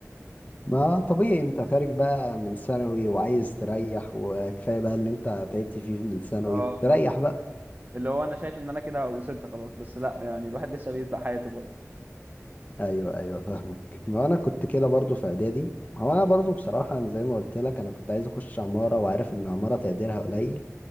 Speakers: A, on the left; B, on the right.
A: ما طبيعي أنت خارج بقى من ثانوي وعايز تريح وكفاية بقى اللي أنت تعبت فيه من ثانوي
B: اه
A: تريح بقى
B: اللي هو انا شايف ان انا كده وصلت خلاص بس لا يعني الواحد لسه بيبدأ حياته برضه
A: ايوه ايوه فاهمك ما انا كنت كده برضو في اعدادي هو انا برضو بصراحه انا زي ما قلت لك انا كنت عايز اخش عماره وعارف ان عماره تقديرها قليل